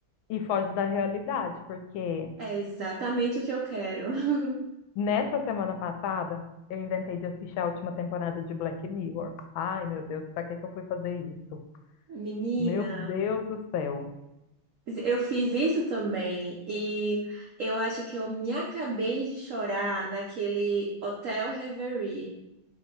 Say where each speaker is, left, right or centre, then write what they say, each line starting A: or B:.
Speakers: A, on the left; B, on the right.
A: e foge da realidade, porque
B: é exatamente o que eu quero. <laughs>
A: Nessa semana passada, eu inventei de assistir a última temporada de Black Mirror. Ai, meu Deus, pra que que eu fui fazer isso?
B: Menina,
A: Meu Deus do céu.
B: eu fiz isso também e eu acho que eu me acabei de chorar naquele Hotel Reverie,